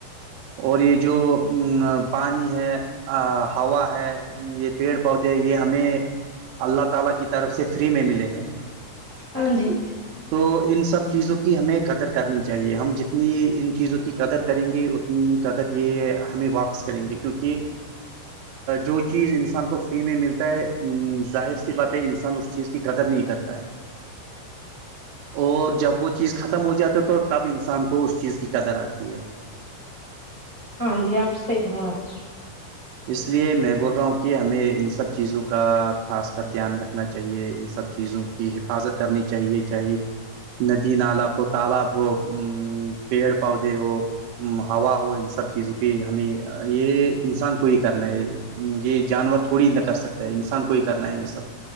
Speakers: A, on the right; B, on the left.
A: اور یہ جو پانی ہے ہوا ہے یہ پیڑ پودے یہ ہمیں اللہ تعالی کی طرف سے فری میں ملے ہیں
B: ہاں جی
A: تو ان سب چیزوں کی ہمیں قدر کرنی چاہیے ہم جتنی ان چیزوں کی قدر کریں گے ات قدر یہ ہمیں واپس کریں گے کیونکہ جو چیز انسان کو فری میں ملتا ہے ظاہر سی بات انسان اس چیز کی قدر نہیں کرتا ہے اور جب وہ چیز ختم ہو جاتے تو تب انسان کو اس چیز کی قدر آتی ہے
B: ہاں یہ آپ صحیح فرما رہے
A: اس لیے میں بول رہا ہوں کہ ہمیں ان سب چیزوں کا خاص کر دھیان رکھنا چاہیے ان سب چیزوں کی حفاظت کرنی چاہیے چاہے ندی نال ہو تالاب ہو ا پیڑ پودے ہو ہوا ہو ان سب چیزوں کی ہمیں یہ انسان کوئی کرنا ہے یہ جانور تھوڑی نہ کر سکتا ہے انسان کوئی کرنا ہے یہ سب